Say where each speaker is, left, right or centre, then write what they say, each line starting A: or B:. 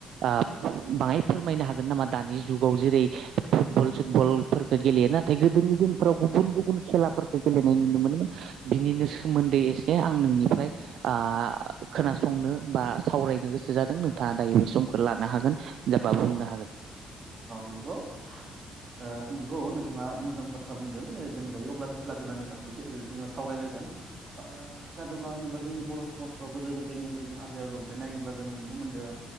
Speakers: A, on the right; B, on the right.
A: आ बाङाय फोरमायनो हागोन नामा दानि जुगाव जेरै- फुटबल जों बलफोरखौ गेलेयो नाथाय गोदोनि दिनफ्राव गुबुन गुबुन खेलाफोरखौ गेलेनाय नुनो मोनोमोन बिनिनो सोमोन्दै एसे आं नोंनिफ्राय आ खोनासंनो बा सावरायनो गोसो जादों नोंथाङा दायो बे समखौ लानो हागोन। बा
B: औ
A: बुंनो
B: औ
A: हागोन।
B: औ नंगौ ओ नंगौ नोंथाङा मोजां बाथ्रा बुंदों जों दायो अब्ला खेला दुलानि फारसे जोङो सावरायलायगोन ओ खेला दुला होनोब्ला जोंनि बर' समाजफ्राव गोदो गोदायनिफ्राय जों आजै आजौनिफ्राय नायोब्ला जोङो नुनो मोनदों